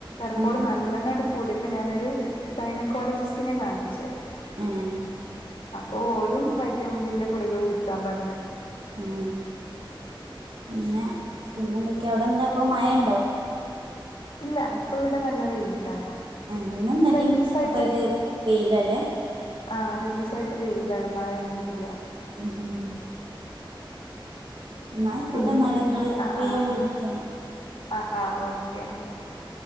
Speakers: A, on the left; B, on the right.
A: എർഫോളും
B: ആഹ് ആഹ്
A: നല്ലോണംട് കൂടിയപ്പൊ ഞാനൊരു ഗൈനക്കോളജിസ്റ്റിനെ കാണിച്ച്
B: ആഹ്
A: അപ്പൊ ഓരും വൈറ്റമിൻഡിന്റെ ഗുളിക കുടിക്കാൻ പറഞ്ഞ്.
B: ഉം പിന്നെ പിന്നെ എന്തൊക്കെയ അവിടെ എന്താ ഇപ്പൊ മയ ഉണ്ടോ?
A: ഇല്ല ഇപ്പൊ ഇവിടെ നല്ല വെയില.
B: ആഹ് ഇന്നും
A: ഒന്ന്
B: ഇന്നലെയും
A: രണ്ടീസായിട്ട്
B: ഒക്ക ആയിട്ട് വെയിലാല്ലെ?
A: ആഹ് രണ്ടു ദിവസായിട്ട് വെയിലമയ ഒന്നുല്ല്യാ.
B: ഉം ഉം ഇന്നാ അയിക്കോട്ടെന്നാല്.
A: പിന്നെ
B: ഇങ്ങള്
A: ആഹ്
B: ഫ്രീയാവുമ്പൊ
A: ആഹ്
B: വിളിക്കിന്നാല്.
A: ആഹ് ആഹ് ഓക്കെ എന്നാ <unintelligible>